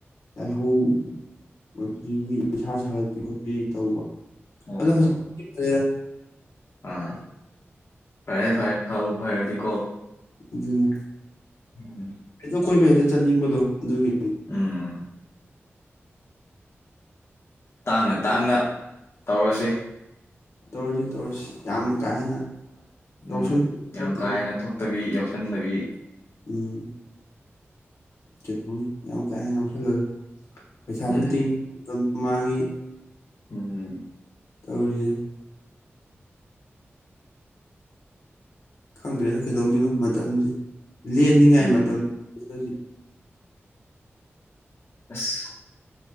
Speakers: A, on the left (about 85°); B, on the left (about 60°).
A: ꯂꯥꯏꯍꯧꯗꯒꯤ ꯏꯁꯥ ꯁꯥꯒꯠꯄꯤ ꯈꯣꯠꯄꯤ ꯇꯧꯕ
B: ꯑꯣ
A: ꯑꯗꯣ
B: ꯍꯣ
A: ꯍꯧꯖꯤꯛꯇꯤ
B: ꯍꯣ
A: ꯐꯔꯦꯗꯥ
B: ꯑꯥ ꯐꯔꯦ ꯐꯔꯦ ꯐꯕꯨ ꯐꯥꯏꯔꯗꯤ ꯀꯣ
A: ꯑꯗꯨꯅ
B: ꯎꯝ
A: ꯍꯦꯛꯇ ꯀꯣꯏꯕ ꯍꯦꯛꯇ ꯆꯠꯅꯤꯡꯕꯗꯣ ꯑꯗꯨꯒꯤ
B: ꯎꯝ ꯇꯥꯡꯅ
A: ꯑꯗꯨ
B: ꯇꯥꯡꯅ ꯇꯧꯔꯁꯤ
A: ꯇꯧꯔꯁꯤ ꯇꯧꯔꯁꯤ ꯌꯥꯝ ꯀꯥ ꯍꯦꯟꯅ ꯌꯥꯎꯁꯜ
B: ꯎꯝ ꯌꯥꯝ
A: ꯐꯠꯇꯦ
B: ꯀꯥ ꯍꯦꯟꯅ ꯊꯣꯛꯇꯕꯤ ꯆꯟꯗꯕꯤ
A: ꯎꯝ ꯀꯩꯅꯣꯅꯤ ꯌꯥꯝ ꯀꯥ ꯍꯦꯟꯅ ꯌꯥꯎꯁꯜꯂꯔꯣꯏ ꯄꯩꯁꯥꯁꯨ
B: ꯎꯝ
A: ꯇꯤꯡ ꯑꯗꯨꯝ ꯃꯥꯡꯉꯤ
B: ꯎꯝ
A: ꯇꯧꯔꯤꯗꯦ ꯈꯪꯗ꯭ꯔꯦꯗ ꯀꯩꯗꯧꯗꯣꯏꯅꯣ ꯃꯇꯝꯁꯦ ꯂꯦꯟꯅꯤꯉꯥꯏ
B: ꯎꯝ
A: ꯃꯇꯝ <unintelligible> ꯍꯧꯖꯤꯛ
B: ꯑꯁ